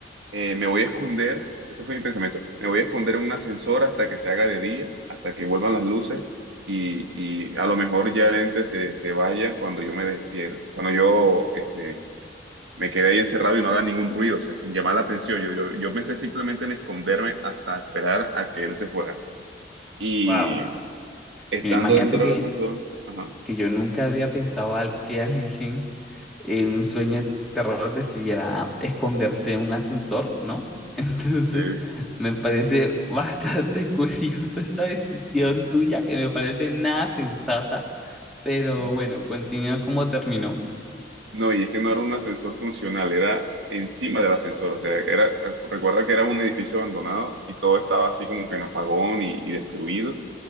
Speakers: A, on the right (about 80°); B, in the centre.
A: eh, me voy a esconder, este fue mi pensamiento, me voy a esconder en un ascensor hasta que se haga de día, hasta que vuelvan las luces y, y a lo mejor ya el ente se, se vaya cuando yo me despierto, cuando yo este, me quedé ahí encerrado y no haga ningún ruido, o sea, sin llamar la atención. Yo, yo, yo pensé simplemente en esconderme hasta esperar a que él se fuera. Y
B: Wow.
A: estando
B: Mira, imagínate
A: dentro
B: que,
A: del ascensor, ajá,
B: que yo nunca había pensado al que alguien en un sueño de terror decidiera esconderse en un ascensor, ¿no? <laughs> Entonces,
A: sí.
B: me parece bastante <laughs> curioso esa decisión tuya, que me parece nada sensata, pero
A: <laughs>
B: bueno, continúa como terminó.
A: No, y es que no era un ascensor funcional, era encima del ascensor. O sea, era, recuerda que era un edificio abandonado y todo estaba así como que en apagón y, y destruido.